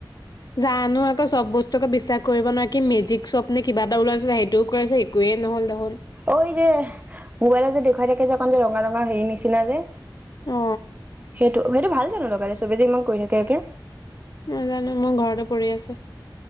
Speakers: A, on the left; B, on the right.
A: জানো আকৌ চব বস্তু আকৌ বিশ্বাস কৰিব নোৱাৰি কি মেজিক শ্বপ নে কিবা এটা ওলাইছিলে সেইটোও কৰাঁ একোৱে নহ'ল দেখোন।
B: অ', এই যে মোবাইলত যে দেখুৱাই থাকে যে অকন যে ৰঙা ৰঙা হেৰি নিচিনা যে
A: অ
B: সেইটো সেইটো ভাল জানো লগালে চবি যে ইমান কৈ থাকে একে।
A: নাজানো মোৰ ঘৰতে পৰি আছে।